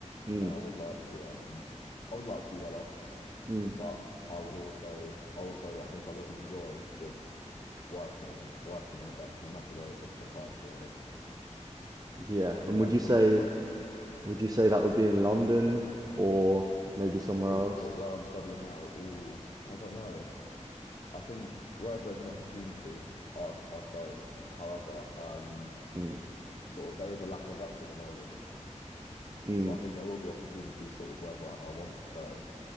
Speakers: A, on the right; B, on the left.
A: Mm,
B: and I would like to um I would like to be well off,
A: mm.
B: but I would also also I think I will enjoy just working working in a vets no matter the, the, the price really.
A: Yeah.
B: I think
A: And
B: yeah,
A: would
B: that's
A: you say
B: really exciting.
A: would you say that would be in London or maybe somewhere
B: Oh,
A: else?
B: wh- where I'm studying now, oh, I don't know. I think wherever there's an opportunity, I'd I'd go. However, um
A: Mm.
B: sort of there is a lack of vets at the moment.
A: Mm.
B: So I think there will be opportunities sort of wherever I, I want to go.